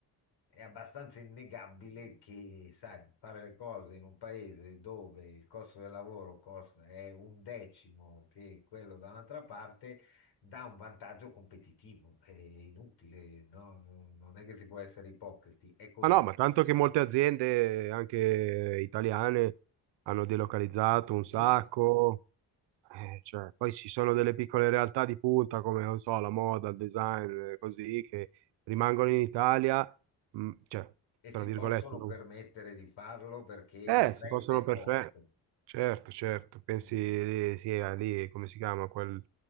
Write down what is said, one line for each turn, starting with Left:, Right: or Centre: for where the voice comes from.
Left: È abbastanza innegabile che, sai, fare le cose in un paese dove il costo del lavoro costa- è un decimo che quello da un'altra parte dà un vantaggio competitivo. È inutile, no? Non non è che si può essere ipocriti, è così.
Right: ma no, ma tanto che molte aziende, anche italiane, hanno delocalizzato un sacco,
Left: Mm.
Right: eh, cioè, poi ci sono delle piccole realtà di punta come, non so, la moda, il design, eh, così, che rimangono in Italia, mh, cioè,
Left: E si
Right: tra virgolette,
Left: possono
Right: no?
Left: permettere di farlo perché il
Right: Eh
Left: brand
Right: sì, Possono
Left: è forte.
Right: perfetto, certo, certo. Pensi
Left: No,
Right: lì, sì, a lì, come si chiama? Quel,